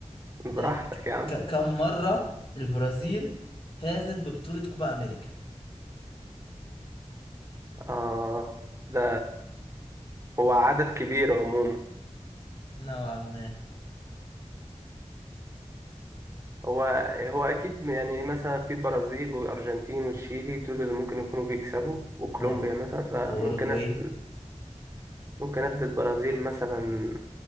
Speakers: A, on the right; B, on the left.
A: براحتك
B: آه ك-
A: يا عم
B: ك- كم مرة البرازيل فازت ببطولة كوبا أمريكا
A: آه ده هو عدد كبير عموما
B: نوعا ما
A: هو هو أكيد يعني مثلا في البرازيل والأرجنتين وتشيلي دول اللي ممكن يكونوا بيكسبوا وكولومبيا
B: واو
A: مثلا فممكن
B: وأوروجواي
A: أد... ممكن أدي البرازيل مثلا